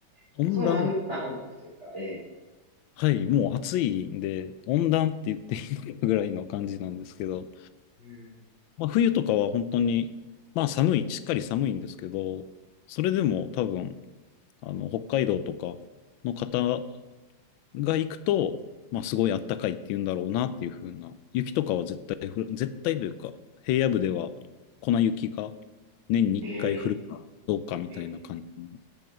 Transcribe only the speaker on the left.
温暖、
はい、もう暑いんで、温暖って言っていいのかぐらいの感じなんですけど、
まあ、冬とかは本当に、まあ寒い、しっかり寒いんですけど、それでも多分、あの、北海道とかの方が行くと、まあすごい暖かいって言うんだろうなっていう風な、雪とかは絶対降る、絶対というか、平野部では粉雪が年に1回降るかどうかみたいな感じの。